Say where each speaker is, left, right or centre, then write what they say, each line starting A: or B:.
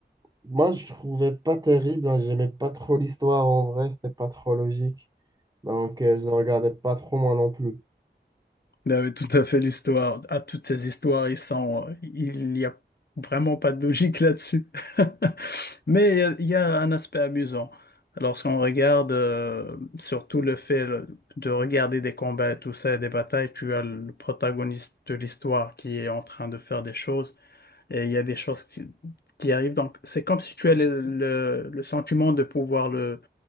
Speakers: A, on the right; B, on the left.
A: moi, je trouvais pas terrible. hein, J'aimais pas trop l'histoire en vrai. C'était pas trop logique. Donc, euh, je ne regardais pas trop moi non plus.
B: Vous avez tout à fait l'histoire. À toutes ces histoires, ils sont, il n'y a vraiment pas de logique là-dessus. <laughs> Mais il y a, il y a un aspect amusant. Lorsqu'on regarde, euh, surtout le fait de regarder des combats et tout ça, et des batailles, tu as le protagoniste de l'histoire qui est en train de faire des choses, et il y a des choses qui, qui arrivent. Donc, c'est comme si tu as le, le, le sentiment de pouvoir le